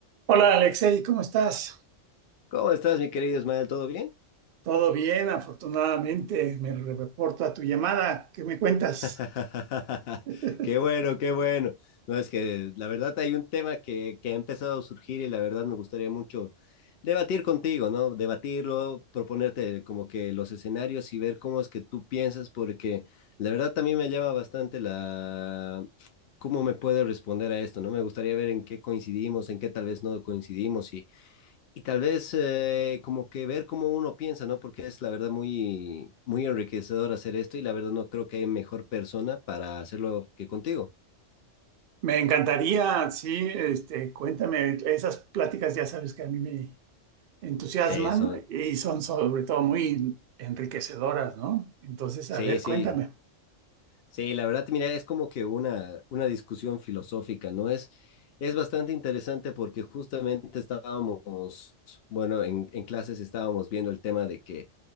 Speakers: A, on the right; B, on the left.
A: Hola Alexei, ¿cómo estás?
B: ¿Cómo estás, mi querido Ismael? ¿Todo bien?
A: Todo bien, afortunadamente. Me reporta tu llamada. ¿Qué me cuentas?
B: <laughs>
A: <laughs>
B: Qué bueno, qué bueno. No, es que la verdad hay un tema que, que ha empezado a surgir y la verdad me gustaría mucho debatir contigo, ¿no? Debatirlo, proponerte como que los escenarios y ver cómo es que tú piensas, porque la verdad también me llama bastante la... cómo me puedes responder a esto, ¿no? Me gustaría ver en qué coincidimos, en qué tal vez no coincidimos Y tal vez eh, como que ver cómo uno piensa, ¿no? Porque es la verdad muy, muy enriquecedor hacer esto y la verdad no creo que hay mejor persona para hacerlo que contigo.
A: Me encantaría, sí, este, cuéntame. Esas pláticas ya sabes que a mí me entusiasman
B: Sí, son,
A: y son sobre todo muy enriquecedoras, ¿no? Entonces,
B: sí,
A: a ver,
B: sí,
A: cuéntame.
B: sí, la verdad, mira, es como que una, una discusión filosófica, ¿no? Es, es bastante interesante porque justamente estábamos, bueno, en, en clases estábamos viendo el tema de que